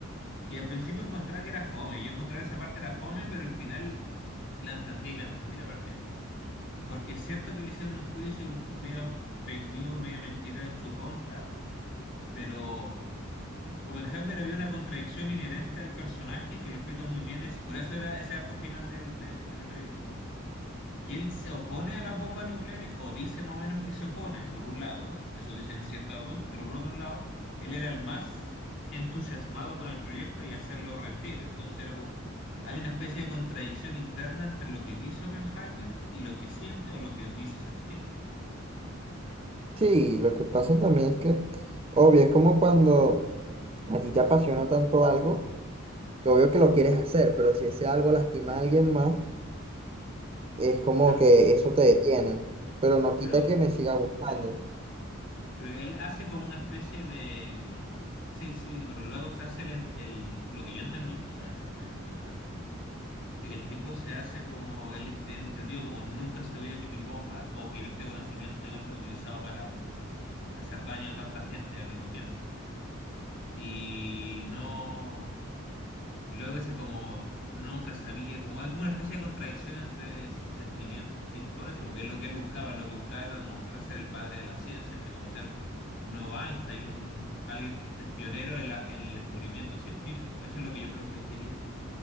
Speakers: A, on the left; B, on the right.
A: que al principio encontraba que era fome. Yo encontraba que esa parte era fome, pero al final la entendí, la entendí la parte. Porque es cierto que le hicieron un juicio y un medio fake news, medio mentira en su contra, pero Oppenheimer había una contradicción inherente al personaje que lo explica muy bien. Es, por eso era ese arco final del- del- de la película. que él se opone a las bombas nucleares o dice más o menos que se opone, por un lado, eso dice en cierta web, pero por otro lado, él era el más entusiasmado con el proyecto y hacerlo rendir. Entonces era como, hay una especie de contradicción interna entre lo que dice Oppenheimer y lo que siente o lo que dice sentir.
B: Sí, lo que pasa también es que, obvio, es como cuando a ti te apasiona tanto algo, que obvio que lo quieres hacer, pero si ese algo lastima a alguien más. es como
A: Pero,
B: que eso te detiene, pero no
A: pero,
B: quita que me siga gustando.
A: sí, bueno, pero él hace como una especie de... Sí, sí, sí, pero luego se hace el, el- lo que yo entendí, claramente, es interpretativo de que el tipo se hace como el de entendido como nunca sabía que mi bomba o que este conocimiento iba a ser utilizado para hacer daño a tanta gente al mismo tiempo. Y no, y luego dice como nunca sabía, como hay como una especie de contradicción entre sus sentimientos, sí, por eso, porque es lo que él buscaba, lo que buscaba era demostrar ser el padre de la ciencia, o sea, como ser un nuevo Einstein, un alguien que esté pionero en, la- en el descubrimiento científico. Eso es lo que yo creo que él quería